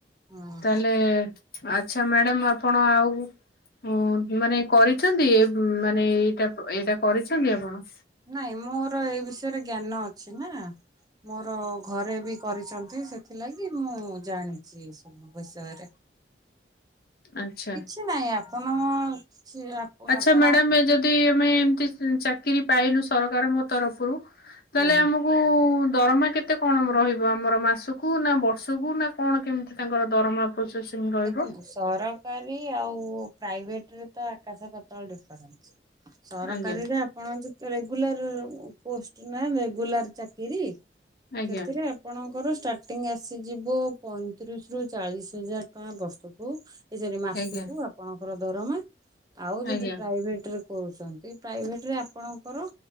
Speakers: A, on the right; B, on the left.
A: ହୁଁ।
B: ତାହଲେ ଆଛା ମ୍ୟାଡାମ ଆପଣ ଆଉ ହ ମାନେ କରିଛନ୍ତି ଏ ମାନେ ଏଇଟା ଏଇଟା କରିଛନ୍ତି ଆପଣ?
A: ନାଇଁ ମୋର ଏଇ ବିଷୟରେ ଜ୍ଞାନ ଅଛି ନା। ମୋର ଘରେ ବି କରିଚନ୍ତି ସେଥିଲାଗି ମୁଁ ଜାଣିଚି ଏସବୁ ବିଷୟରେ।
B: ଆଚ୍ଛା।
A: କି ନାଇଁ ଆପଣ କିଛି
B: ଆଚ୍ଛା
A: ଆପଣ
B: ମ୍ୟାଡ଼ମ୍ ଏ ଯଦି ଆମେ ଏମିତି ଚାକିରି ପାଇଲୁ ସରକାରଙ୍କ ତରଫରୁ ତାହେଲେ
A: ହଁ
B: ଆମକୁ ଦରମା କେତେ କଣ ରହିବ ଆମର ମାସୁକୁ ନା ବର୍ଷକୁ ନା କଣ କେମିତି ତାଙ୍କର ଦରମା? ପ୍ରୋସେସିଙ୍ଗ ରହିବ।
A: ଦେଖନ୍ତୁ ସରକାରୀ ଆଉ ପ୍ରାଇଭେଟରେ ତ ଆକାଶ ପାତାଳ ଡିଫରେନ୍ସ। ସରକାରୀରା
B: ଆଜ୍ଞା
A: <unintelligible> ରେଗୁଲାର ପୋଷ୍ଟ ନା ରେଗୁଲାର ଚାକିରିୀ
B: ଆଜ୍ଞା
A: ସେଥିରେ ଆପଣଙ୍କର ଷ୍ଟାର୍ଟିଂ ଆସିଯିବ ପଇଁତିରିଶ ରୁ ଚାଳିଶ ହଜାର ଟଙ୍କା ବର୍ଷକୁ। ଏ ସରି ମାସୁକୁ
B: ଆଜ୍ଞା।
A: ଆପଣଙ୍କର ଦରମା ଆଉ
B: ଆଜ୍ଞା
A: ଯଦି ପ୍ରାଇଭେଟରେ କରୁଚନ୍ତି ପ୍ରାଇଭେଟରେ ଆପଣଙ୍କର